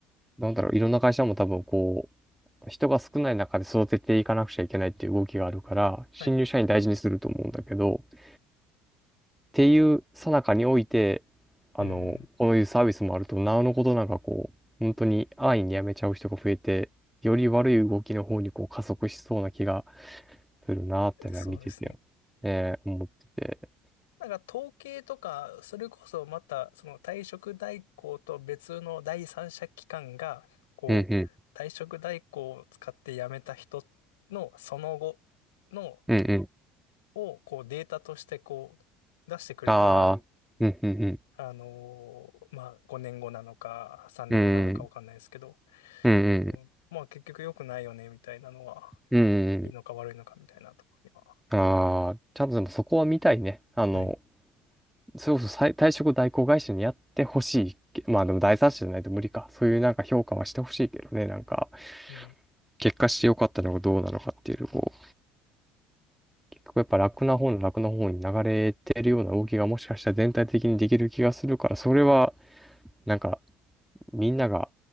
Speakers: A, in the centre; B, on the left (about 70°).
A: なんだろう、いろんな会社も多分こう、人が少ない中で育てていかなくちゃいけないっていう動きがあるから、新入社員大事にすると思うんだけど、
B: はい。はい。
A: っていう最中において、あの、
B: うん。
A: こういうサービスもあると、なおのことなんかこう、本当に安易に辞めちゃう人が増えて、より悪い動きの方にこう加速しそうな気がするなーってのは見てて、
B: そうですね。
A: ね、思ってて。
B: なんか統計とか、それこそまた、その退職代行と別の第三者機関が、こう、
A: うんう
B: 退職代行を使って辞めた人のその後の
A: ん、うんうん。
B: をこうデータとしてこう出してくれたら、
A: ああ、うんうんうん。
B: あのーまあ5年後なのか3年後なのかわかんないですけど、
A: うんうん、うんうん、
B: うんまあ結局良くないよねみたいなのは、
A: うんうん。
B: いいのか悪いのかみたいなところには。
A: ああ、ちゃんとでもそこは見たいね。あの、
B: はい。
A: それこそ再退職代行会社にやってほしいけ。まあでも第三者じゃないと無理か。そういうなんか評価はしてほしいけどね。なんか、
B: うん。
A: 結果してよかったのかどうなのかっていうのを、結局やっぱ楽な方の楽な方に流れてるような動きがもしかしたら全体的にできる気がするから、それはなんかみんなが